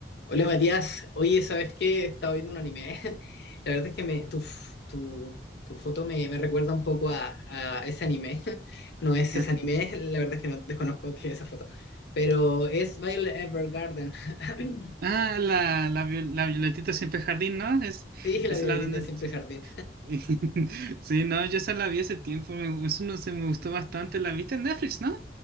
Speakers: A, on the left; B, on the right.
A: Hola Matías, oye, ¿sabes qué? He estado viendo un anime. <laughs> La verdad es que me, tu, f- tu, tu foto me, me recuerda un poco a, a ese anime. <laughs> No es
B: Ah,
A: ese anime, <laughs> la verdad es que no desconozco qué es esa foto. Pero es Violet Evergarden. <laughs>
B: ah, la, la, viol- la Violetita siempre jardín, ¿no? Es,
A: Sí, la
B: es
A: violetita
B: la de...
A: siempre jardín.
B: <laughs> Sí, no, yo esa la vi hace tiempo, me, eso no sé, me gustó bastante, la viste en Netflix, ¿no?